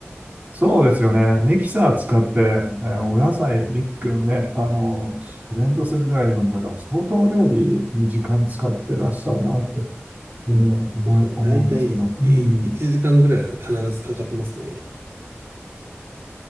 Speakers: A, on the right (about 35°); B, on the right (about 60°).
A: そうですよね。ミキサー使って、えーお野菜、ミックね、あの、ブレンドするぐらいなんだから、相当料理に時間使ってらっしゃるなって、えー思い、
B: <laughs>
A: 思うんですけど。
B: だいたい1時間ぐらいは必ずかかってますね。
A: うん。